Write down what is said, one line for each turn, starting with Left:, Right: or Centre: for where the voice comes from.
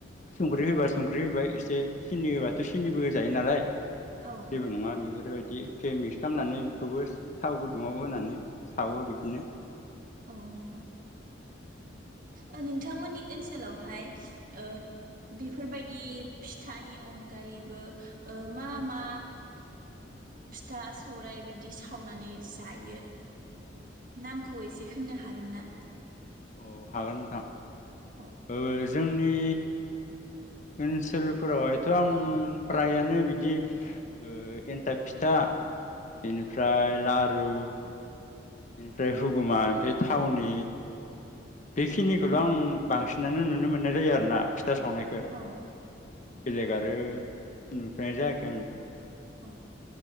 Left: संख्रि होबा संख्रि होबाय एसे सिनि होबाथ' सिनिबो होजायो नालाय।
Right: औ
Left: जेबो नङा बेफोरबायदि बिदि एखे मिक्स खालामनानै बेखौबो थाव गुदुङाव होनानै सावो बिदिनो।
Right: औ नोंगौ। ओ नोंथांमोननि ओनसोलावहाय ओ बिफोरबाय दि फिथानि अनगायैबो ओ मा मा फिथा सौराय बिदि सावनानै जायो नामखौ एसे होननो हागोन ना?
Left: औ हागोन नोंथां।
Right: औ
Left: ओ जोंनि ओनसोलफोराव हायथ' आं फ्रायानो बिदि ओ एन्थाब फिथा इनिफ्राय लारु इनिफ्राय हुगुमा ओमफाय थावनि बेखिनिखौल' आं बांसिनानो नुनो मोननाय जायो आरोना था सावनायखो
Right: औ
Left: बेलेग आरो नुफेरनाय जायाखै आं
Right: औ